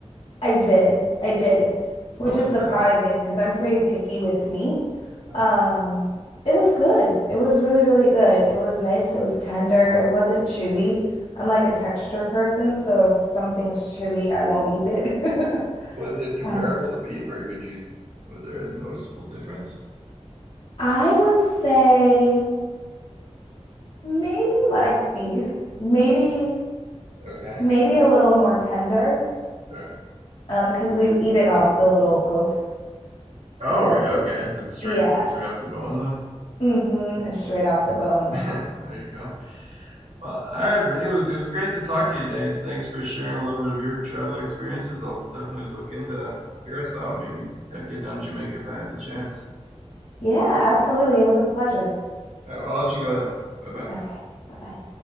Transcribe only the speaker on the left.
I did. I did, which
is
surprising
because I'm pretty picky with meat.
Um, it was good. It was really, really good. It was nice. It was tender. It wasn't chewy. I'm like a texture person, so if something's chewy, I won't eat it. <laughs>
Oh.
I would say maybe like beef, maybe
maybe a little more tender,
um, because you eat it off the little hoofs.
So
yeah,
mm-hmm, it's straight off the bone.
Yeah, absolutely. It was a pleasure.
Okay. Bye bye.